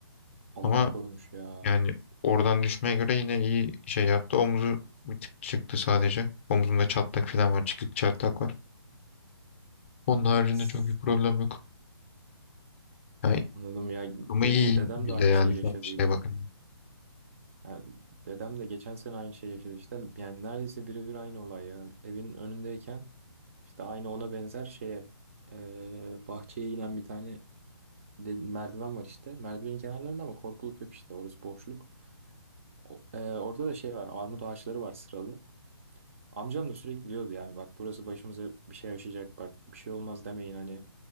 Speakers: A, on the right; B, on the left.
A: Allah
B: Ama
A: korumuş ya.
B: Yani oradan düşmeye göre yine iyi şey yaptı. Omuzu bir tık çıktı sadece. Omuzunda çatlak falan var. Çıkık çatlak var. Onun haricinde
A: S-
B: çok bir problem yok. Yani
A: Anladım ya.
B: ama
A: Benim
B: iyi
A: dedem
B: bile
A: de aynı
B: yani
A: şeyi
B: şu
A: yaşadıydı.
B: an şeye bakın.
A: Yani dedem de geçen sene aynı şeyi yaşadı işte. Yani neredeyse birebir aynı olay ya. Evin önündeyken işte aynı ona benzer şeye eee, bahçeye inen bir tane de- merdiven var işte. Merdivenin kenarlarında ama korkuluk yok işte. Orası boşluk. O- eee, orada da şey var. Armut ağaçları var sıralı. Amcam da sürekli diyordu yani bak burası başımıza bir şey yaşayacak bak bir şey olmaz demeyin hani